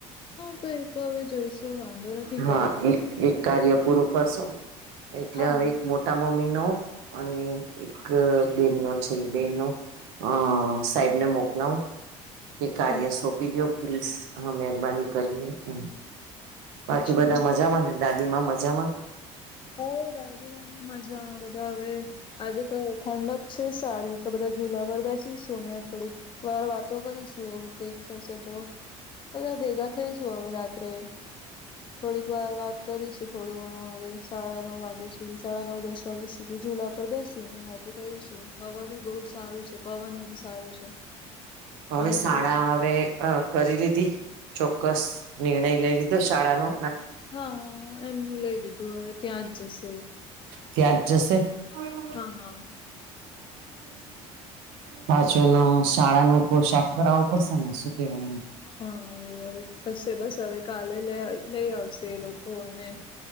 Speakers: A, on the left; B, on the right.
A: હા, તો એ તો હવે જોઈશું વાંધો. નથી
B: હા,
A: કઈક
B: એક એક કાર્ય પૂરું કરશો ને, એટલે
A: હા
B: હવે
A: હા
B: મોટા મમ્મી નો, અને એક બેન નો છે, બેનનો. અ સાહેબને મોકલા. કે કાર્ય
A: અચ્છા
B: સોંપી દો, પ્લીઝ હ, મહેરબાની કરીને એમ. બાકી
A: અચ્છા
B: બધા
A: હા
B: મજામાં ને, દાદી માં મજામાં?
A: હ, દાદીમા, મમ્મી મજા બધા. હવે આજે તો ઠંડક છે, સારી તો બધા જૂલા પર બેસી સોને થોડી. એક વાર વાતો કરીશું, એવું કઈક થશે તો. બધા ભેગા થઈશું, હવે રાત્રે થોડીક વાર વાત કરીશું, થોડું ઘણું હવે. સાડા નવ વાગ્યા સુધી, સાડા નવ દસ વાગ્યા સુધી, જુલા પર બેસી ને વાતો કરીશું. હવા બી બહુ સારું છે, પવન આજે સારું છે.
B: હવે
A: અહી
B: શાળા
A: તો
B: હવે કરી લીધી, ચોક્કસ નિર્ણય લઈ લીધો, શાળા નો.
A: હા, એમનું લઈ લીધું હવે. ત્યાં જ જશે
B: ત્યાં જ જશે. હમ.
A: હા હા
B: પાછ નું શાળા નો પોશાક કરાવવો પડશે ને, શું કેવાય એને?
A: હા, એ હવે થશે, બસ હવે કાલે લ લઈ આવશે એ લોકોને.